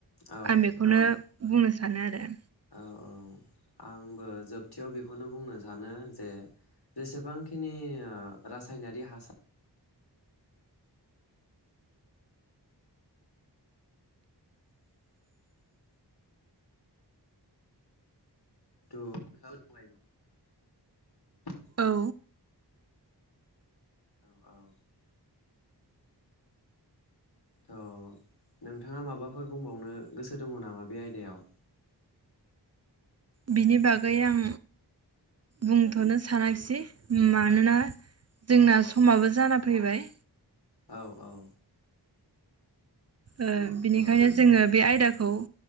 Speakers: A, on the left; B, on the right.
A: औ
B: आं बेखौनो बुंनो सानो आरो
A: औ औ आंबो जोबथियाव बेखौनो बुंनो सानो जे जेसेबांखिनि ओ रासायनारि हासार <unintelligible>
B: औ
A: औ औ थ' नोंथाङा माबाफोर बुंबावनो गोसो दङ नामा बे आयदायाव
B: बिनि बागै आं बुंथ'नो सानाखिसै मानोना जोंना समाबो जाना फैबाय।
A: औ औ
B: ओ बिनिखायनो
A: थ'
B: जोङो बे आयदाखौ